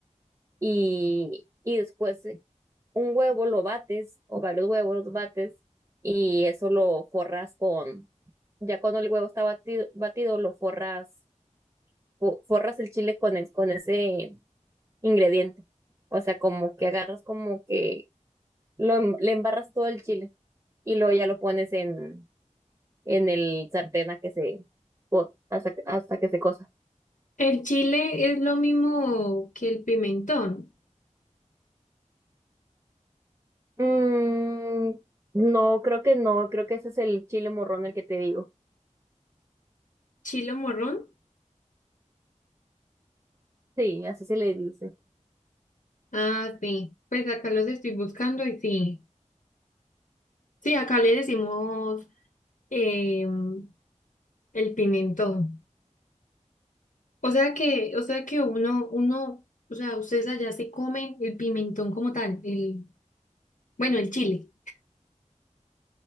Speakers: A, on the right (about 25°); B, on the left (about 80°).
A: Y, y después eh, un huevo lo bates, o varios huevos los bates, y eso lo forras con, ya cuando el huevo está batido, batido lo forras fo- forras el chile con, es- con ese ingrediente. O sea, como que agarras como que lo, em- le embarras todo el chile y luego ya lo pones en, en el sartén a que se, co- hasta, que- hasta que se cosa.
B: El chile es lo mismo que el pimentón.
A: Mm, no, creo que no, creo que ese es el chile morrón el que te digo.
B: ¿Chilo morrón?
A: Sí, así se le dice.
B: Ah, sí. Pues acá los estoy buscando y sí. Sí, acá le decimos em, el pimentón. O sea que, o sea que uno, uno, o sea, ustedes allá se comen el pimentón como tal, el, bueno, el chile,